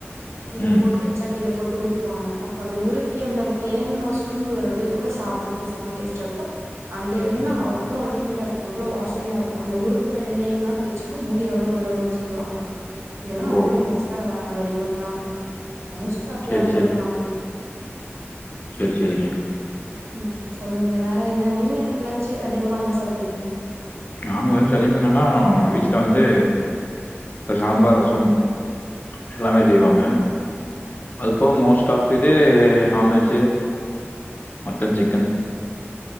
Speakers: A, on the right; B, on the left.
A: இதுல
B: ம்.
A: போட்டு சட்டில போட்டு உறுக்குவாங்க அப்ப அந்த உருக்கி அந்த தேங்கா சுருண்டு வர்றது கூட சாப்பிடறதுக்கு செம டேஸ்டா இருக்கு அந்த எண்ணெ
B: ம்.
A: அவ்லோ அல்டிமேட்டா இருக்கு அவ்லோ வாசனையா இருக்கு அந்த உறுக்குற எண்ணெயல்லா தேய்ச்சா முடி அவ்வளவு வளரு சொல்லுவாங்க இங்கல்லா அப்டிதா
B: ஓ!
A: மோஸ்ட்டா ரெடி பண்ணுவாங்க மோஸ்ட்டா அப்படியாங்க
B: சரி,
A: பண்ணுவாங்க
B: செரி செரிங்க
A: ம் சொல்லுங்க வேற என்ன நீங்க லஞ்ச்சு அதிகமா என்ன சாப்பிடுவீங்க
B: நாங்க வந்துட்டு அதிகமா என்னன்னா வீட்டில் வந்து சாம்பார் ரசம் எல்லாமே செய்வாங்க அதுப்போக மோஸ்ட் ஆஃப் இது நான்வெஜ்ஜு மட்டன் சிக்கன்